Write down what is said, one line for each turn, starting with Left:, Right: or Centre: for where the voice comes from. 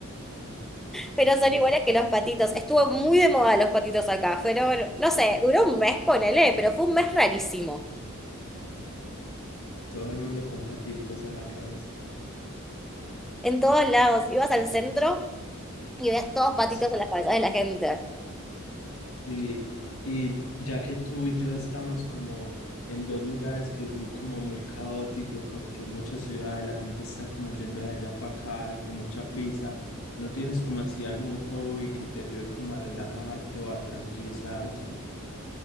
Centre: pero
Left: sí.
Centre: son iguales que los patitos. Estuvo muy de moda los patitos acá. Fueron, no sé, duró un mes, ponele, pero fue un mes rarísimo.
Left: Todo el mundo con paticos en la cabeza.
Centre: En todos lados. Ibas al centro y ves todos patitos
Left: Sí.
Centre: en las cabezas de la gente.
Left: Sí, y ya que tú y yo estamos como en dos lugares que es mu- como muy caótico, porque es mucha ciudad y la gente está como yendo de allá para acá y con mucha prisa, ¿no tienes como así algún hobby que te ayude como a relajarte o a tranquilizarte?